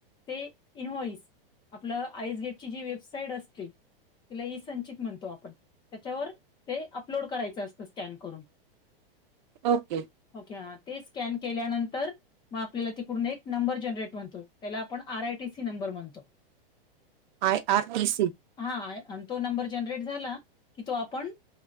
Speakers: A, on the left; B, on the right.
A: ते इनव्हॉइस आपलं आईसगेटची जी वेबसाईट असते. तिला इसंचित म्हणतो आपण, त्याच्यावर ते अपलोड करायचं असतं स्कॅन करून.
B: ओके.
A: ओके ते स्कॅन केल्यानंतर मग आपल्याला त पूर्ण एक नंबर जनरेट म्हणतो. त्याला आपण आर आयटीसी नंबर म्हणतो.
B: आय आर टी सी
A: हा आणि तो नंबर जनरेट झाला. की तो आपण